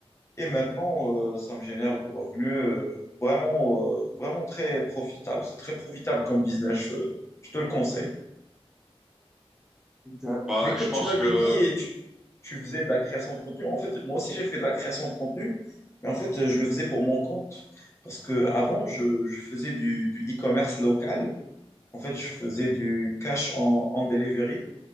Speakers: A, on the left (about 25°); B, in the centre.
A: Et maintenant, euh, ça me génère du revenu euh, vraiment, euh, vraiment très profitable. C'est très profitable comme business, je, je te le conseille.
B: Ouais. Bah
A: Mais comme
B: je pense
A: tu m'avais
B: que
A: dit, tu, tu faisais de la création de contenu. En fait, moi aussi, j'ai fait de la création de contenu. Mais en fait, je le faisais pour mon compte. Parce que avant, je, je faisais du, du e-commerce local. En fait, je faisais du cash en, en delivery.